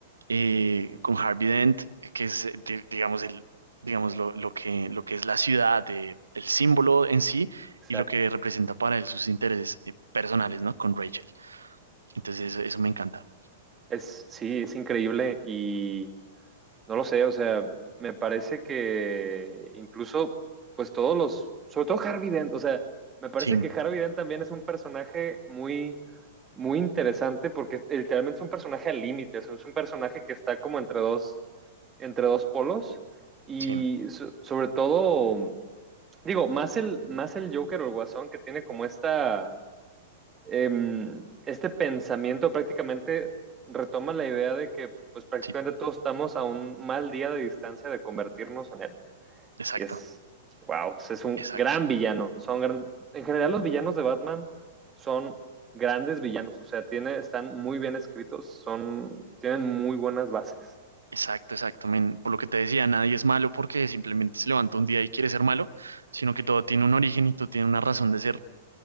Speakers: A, on the right (about 75°); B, on the right (about 20°).
A: eh, con Harvey Dent, que es, eh, di- digamos, el, digamos lo, lo que, lo que es la ciudad, eh, el símbolo en sí
B: exacto.
A: y lo que representa para él sus intereses eh, personales, ¿no? Con Rachel. Entonces eso, eso me encanta.
B: Es, sí, es increíble y no lo sé, o sea, me parece que incluso, pues todos los, sobre todo Harvey Dent, o sea, me parece
A: Sí,
B: que Harvey Dent también es un personaje muy, muy interesante porque es- literalmente es un personaje al límite, o sea, es un personaje que está como entre dos, entre dos polos y
A: sí,
B: so- sobre todo Digo, más el, más el Joker o el Guasón que tiene como esta, em, este pensamiento prácticamente retoma la idea de que pues prácticamente
A: sí,
B: todos estamos a un mal día de distancia de convertirnos en él.
A: exacto,
B: Y es, wow, es un
A: exacto,
B: gran villano. Son gran- en general los villanos de Batman son grandes villanos, o sea, tiene, están muy bien escritos, son, tienen muy buenas bases.
A: exacto, exacto. men. por lo que te decía, nadie es malo porque simplemente se levanta un día y quiere ser malo, sino que todo tiene un origen y todo tiene una razón de ser.